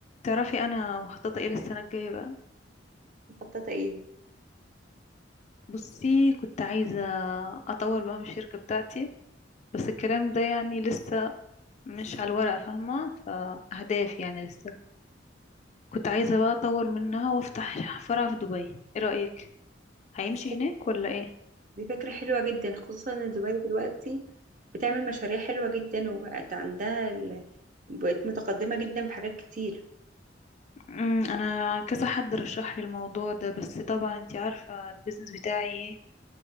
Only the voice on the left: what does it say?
تعرفي انا مخططه ايه للسنه الجايه بقى
بصي كنت عايزه اطور بقى من الشركه بتاعتي بس الكلام ده يعني لسه مش على الورق فاهمه فاهداف يعني لسه كنت عايزه بقى اطور منها وافتح فرع في دبي ايه رايك هيمشي
هناك ولا ايه
امم انا كذا حد رشح لي الموضوع ده بس طبعا انتي عارفه البيزنس بتاعي ايه